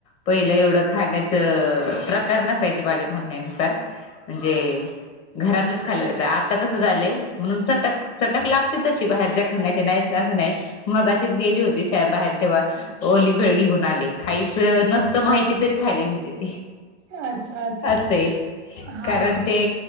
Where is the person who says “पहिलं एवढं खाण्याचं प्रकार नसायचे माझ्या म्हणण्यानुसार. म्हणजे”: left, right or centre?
Left